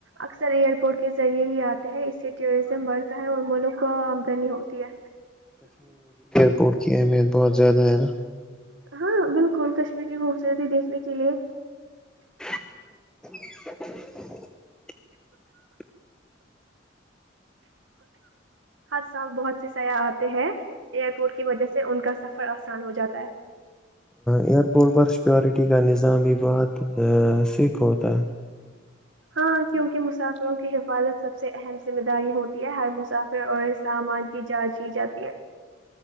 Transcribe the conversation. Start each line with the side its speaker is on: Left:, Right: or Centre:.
Right: اکثر ایئرپورٹ کے ذریعے ہی آتے ہیں اسے ٹوریزم ورک ہو ہے اور مولوں کا آمدنی ہوتی ہے
Centre: انکی اہمیت بہت زیادہ ہے نا
Right: ہاں بالکل کشمیر کی خوبصورتی دیکھنے کے لیے
Centre: <unintelligible> <unintelligible>
Right: ہر سال بہت سے سیاح آتے ہیں ایئر پورٹ کی وجہ سے ان کا سفر آسان ہو جاتا ہے
Centre: ایئر پورٹ پر سیکورٹی کا نظام بھی بہت سکھ ہوتا ہے
Right: ہاں کیونکہ مسافروں کی حفاظت سب سے اہم ذمہ داری ہوتی ہے ہر مسافر اور سامان کی جانچ کی جاتی ہے